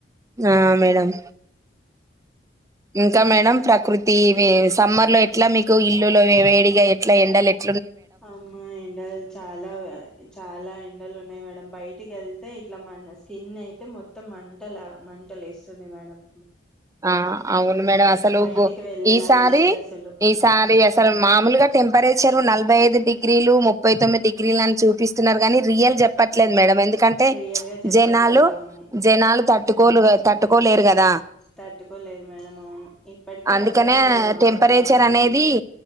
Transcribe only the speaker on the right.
ఆ మేడమ్ ఇంకా మేడమ్ ప్రకృతి సమ్మర్ లో ఎట్లా మీకు ఇల్లులో వేడిగా ఎట్లా ఎండలు ఎక్కు
ఆ అవును మేడమ్ అసలు
ఈసారి
ఈసారి అసలు మామూలుగా టెంపరేచర్ నలభై ఐదు డిగ్రీలు ముప్పై తొమ్మిది డిగ్రీలు అని చూపిస్తున్నారు కాగానీ రియల్ చెప్పట్లేదు మేడమ్ ఎందుకంటే
జనాలు
జనాలు తట్టుకోరు కదా తట్టు ఒప్పుకోలేరు కదా
అందుకనే
టెంపరేచర్
అనేది